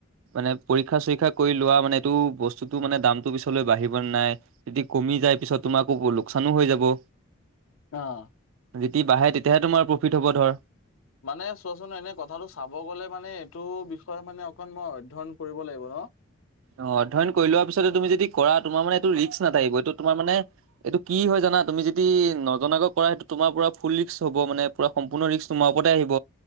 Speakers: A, on the right (about 70°); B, on the left (about 70°).
A: মানে পৰীক্ষা চৰীক্ষা কৰি লোৱা মানে এইটো বস্তুতটো মানে দামটো পিছলৈ বাঢ়িব নাই যদি কমি যায় পিছত তোমাৰ আকো লোকচানো হৈ যাব।
B: অ',
A: যেতি বাঢ়ে তেতিয়াহে তোমাৰ প্ৰফিট হ'ব ধৰ।
B: মানে চোৱাচোন এনে কথাটো চাব গ'লে মানে এইটো বিষয়ে মানে অকন মই অধ্যয়ন কৰিব লাগিব ন অ',
A: অ', অধ্যয়ন কৰি লোৱাৰ পিছতে তুমি যদি কৰা তোমাৰ মানে এইটো ৰিস্ক নাথাকিব এইটো তোমাৰ মানে, এইটো কি হয় জান না তুমি যদি নজনাকৈ কৰা সেইটো তোমাৰা ফুল ৰিস্ক হ'ব মানে সম্পূৰ্ণ ৰিস্ক তোমাৰ ওপতে আহিব।